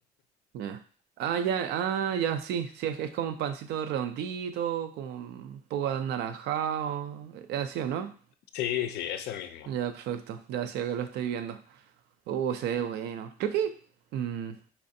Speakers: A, on the right (about 75°); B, on the left (about 75°).
A: Ya. Ah, ya, ah, ya, sí, sí, es, es como un pancito redondito, como un poco anaranjado, es así, ¿o no?
B: Sí, sí, eso mismo.
A: Ya, perfecto, ya, sí, acá lo estoy viendo. Uh, se ve bueno. Creo que, mm,